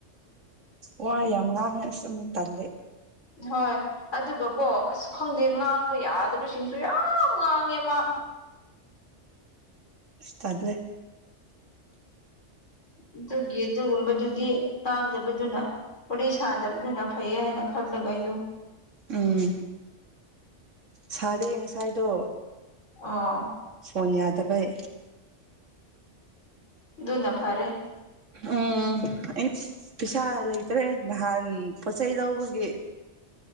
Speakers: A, on the right; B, on the left.
A: ꯋꯥꯏ ꯌꯥꯝ ꯉꯥꯡꯉꯦ ꯑꯁ ꯑꯃꯨꯛ ꯇꯜꯂꯦ
B: ꯍꯣꯏ ꯑꯗꯨꯒ ꯀꯣ ꯑꯁ ꯈꯪꯗꯦ ꯉꯥꯡꯕ ꯌꯥꯗꯕꯁꯤꯡꯁꯨ ꯌꯥꯝ ꯉꯥꯡꯉꯦ ꯃꯥ
A: ꯇꯜꯂ‌ꯦ
B: ꯑꯗꯨꯒꯤ ꯑꯗꯨꯒꯨꯝꯕꯗꯨꯒꯤ ꯇꯥꯡꯗꯕꯗꯨꯅ ꯎꯔꯤ ꯁꯥꯗꯕꯗꯨꯅ ꯐꯩ ꯍꯥꯏꯅ ꯈꯜꯂꯒ ꯑꯩꯗꯨ
A: ꯎꯝ ꯁꯥꯗꯦ ꯉꯁꯥꯏꯗꯣ
B: ꯑꯥ
A: ꯐ‌ꯣꯟ ꯌꯥꯗꯕꯩ
B: ꯑꯗꯨꯅ ꯐꯥꯔꯦ
A: ꯎꯝ ꯑꯩ ꯄꯩꯁꯥ ꯂꯩꯇ꯭ꯔꯦ ꯅꯍꯥꯟ ꯄꯣꯠꯆꯩ ꯂꯧꯕꯒꯤ